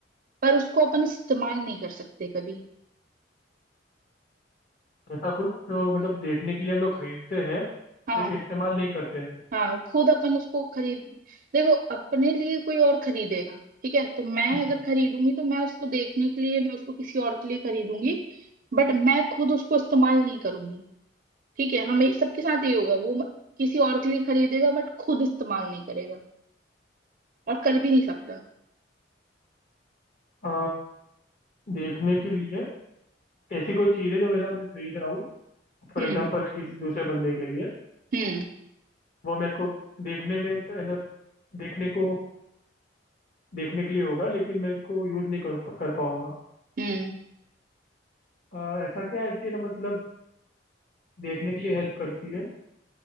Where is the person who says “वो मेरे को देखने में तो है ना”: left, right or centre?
Left